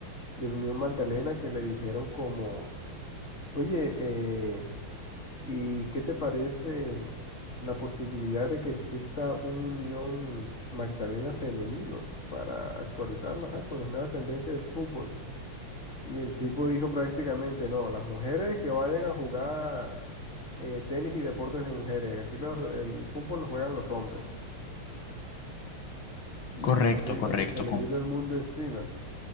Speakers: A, on the left; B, on the left.
A: de la Unión Magdalena, que le dijeron como, oye, eh, ¿Y qué te parece la posibilidad de que exista una unión Magdalena femenino para actualizarla, ajá, con las nuevas tendencias del fútbol? Y el tipo dijo prácticamente, no, las mujeres que vayan a jugar eh, tenis y deportes de mujeres, aquí los, el fútbol lo juegan los hombres. Y
B: Correcto,
A: se le vino,
B: correcto.
A: y se le
B: Con,
A: vino el mundo encima.